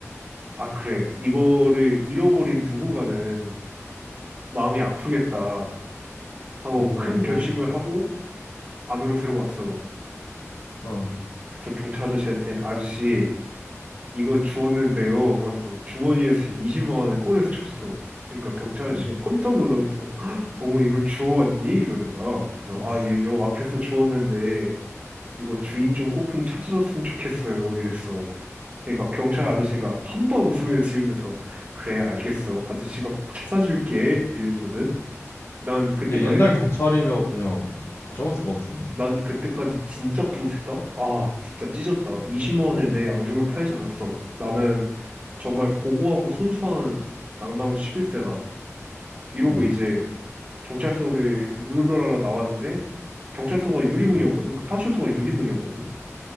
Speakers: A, on the right; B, on the left.
A: 아 그래 이거를 잃어버린 누군가는 마음이 아프겠다 하고
B: 오,
A: 큰 결심을 하고 안으로 들어왔어.
B: 어.
A: 그래서 경찰 아저씨한테 아저씨 이거 주웠는데요 하면서 주머니에서 20만 원을 꺼내서 줬어. 그러니까 경찰
B: 음.
A: 아저씨가 깜짝 놀라면서 "헉, 어머 이걸 주워왔니? 이러는 거야. 그래서
B: 어. 응, 응,
A: 아 예 요 앞에서 주웠는데 이거 주인 좀 꼭 좀 찾아줬으면 좋겠어요 이랬어. 그러니까 경찰
B: 응.
A: 아저씨가 함박 웃음을 지으면서 그래 알겠어 아저씨가 꼭 찾아줄게 이랬거든. 난 그때까지
B: 근데 옛날 경찰이면 그냥 가져갔을 것 같은데?
A: 난 그때까지 진짜 뿌듯했다. 아, 진짜 찢었다. 20만 원에 내 양심을 팔지 않았어. 나는 정말 고고하고 순수한 낭낭 11세다. 이러고
B: 어,
A: 이제 경찰서를 룰루랄라 나왔는데 경찰서가 유리문이었거든.
B: 어,
A: 그 파출소가 유리문이었거든.